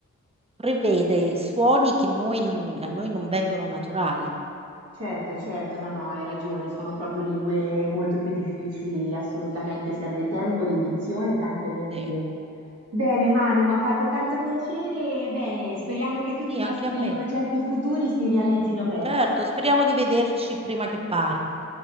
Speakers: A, on the right; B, on the right.
A: prevede suoni che noi non- a noi non vengono naturali.
B: Certo, certo, no, no, hai ragione, sono proprio lingue molto più difficili, assolutamente serve tempo, dedizione e tante energie.
A: Sì,
B: Bene, Manu, mi ha fatto tanto piacere, bene, speriamo che tutti
A: Sì,
B: i nostri
A: anche a me.
B: progetti futuri si realizzino presto.
A: Certo, speriamo di vederci prima che parti.